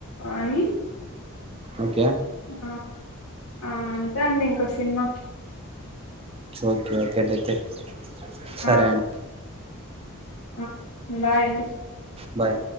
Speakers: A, on the left; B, on the right.
A: అని
B: ఓకే
A: ఆ ఆ అంతె అండి ఇంక సినిమా.
B: ఓకే ఓకే లే అయితే సరే
A: ఆ
B: అం
A: ఆ బాయ్ అండి
B: బాయ్